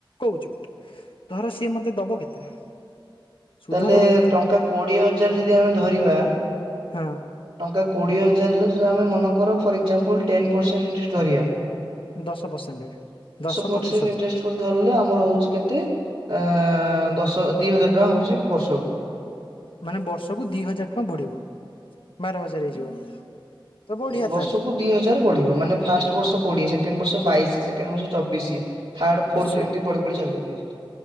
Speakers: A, on the left; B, on the right.
A: କୋହୁଚି ଗୋଟେ ଧର ସିଏ ମତେ ଦବ କେତେ? ସୁଧ
B: ତାହେଲେ
A: ଦବ କେତେ
B: ଟଙ୍କା କୋଡ଼ିଏ ହଜାର ଯଦି ଆମେ ଧରିବା
A: ହଁ।
B: ଟଙ୍କା କୋଡିଏ ହଜାର ହେଲେ ଚ ଆମେ ମନେ କର for example ten percent interest ଧିରିବା
A: ଦଶ ପର୍ସେଣ୍ଟେ ଦଶ
B: ପରସେଣ୍ଟ
A: ପ୍ରତିଶତ।
B: ଇଣ୍ଟରେଷ୍ଟ ଧରିଲେ ଆମର ହୋଉଚି କେତେ ଅ ଦଶ ଦି ହଜାର ଟଙ୍କା ହୋଉଚି ବର୍ଷକୁ।
A: ମାନେ ବର୍ଷକୁ ଦି ହଜାର ଟଙ୍କା ବଢିବ ବାର ହଜାର ହେଇଯିବ। ତ ବଢିଆ
B: ଉଁ ବର୍ଷକୁ
A: ତାହେଲେ।
B: ଦି ହଜାର ବଢିବ ମାନେ ଫାଷ୍ଟ ବର୍ଷ କୋଡିଏ, ସେକେଣ୍ଡ ବର୍ଷ ବାଇଶି, ସେକେଣ୍ଡ ବର୍ଷ ଚବିଶି। ଥାଡ୍, ଫୋର୍ଥ
A: ଆଚ୍ଛା
B: ଏମିତି ବଢି ବଢି ଚାଲିବ ଦି ହଜାରେ।